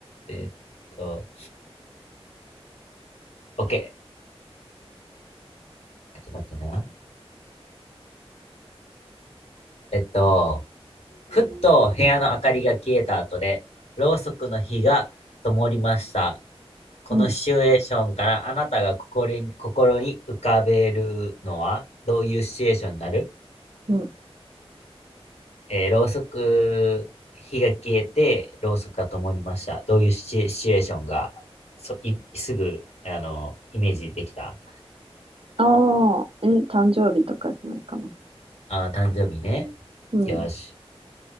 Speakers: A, on the left; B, on the right.
A: えっと、OK。ちょっと待ってな。えっと、ふっと部屋の明かりが消えた後で、ろうそくの火が灯りました。このシチュエーションからあなたが心に、
B: うん、
A: 心に浮かべるのはどういうシチュエーションになる
B: うん、
A: えー、ろうそく、火が消えて、ろうそくが灯りました。どういうシチュエシチュエーションが、そ、い、すぐ、あの、イメージできた
B: ああ、え、誕生日とかじゃないかな。
A: あー、誕生日ね。
B: うん。
A: よし。